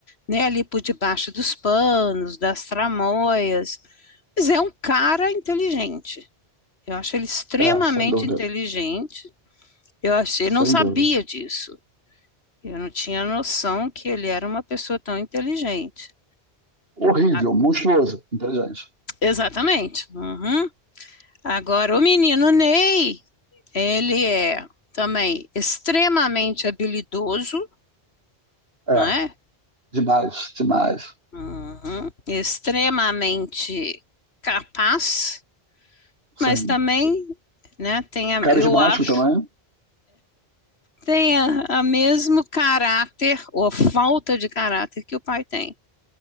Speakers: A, on the left; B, on the right.
A: né, ali por debaixo dos panos, das tramóias. Mas é um cara inteligente. Eu acho ele extremamente
B: É, é, sem dúvida,
A: inteligente. Eu achei,
B: sem
A: não sabia
B: dúvida.
A: disso. Eu não tinha noção que ele era uma pessoa tão inteligente.
B: Horrível,
A: Ah,
B: monstruoso, inteligente.
A: Exatamente. Uhum. Agora, o menino Ney, ele é também extremamente habilidoso,
B: É,
A: né?
B: demais, demais.
A: Uhum. Extremamente capaz,
B: Sim.
A: mas também, né, tem a-
B: Carismático
A: eu acho,
B: também?
A: tem a, a mesmo caráter ou falta de caráter que o pai tem.